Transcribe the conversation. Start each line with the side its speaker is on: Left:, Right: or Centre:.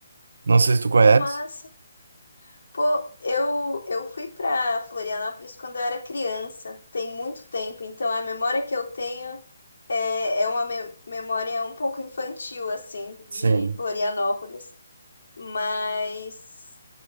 Right: Não sei se tu conhece.
Left: Que massa. Pô, eu, eu fui pra Florianópolis quando eu era criança, tem muito tempo, então a memória que eu tenho é, é uma me- memória um pouco infantil, assim, de
Right: Sim.
Left: Florianópolis. Mas,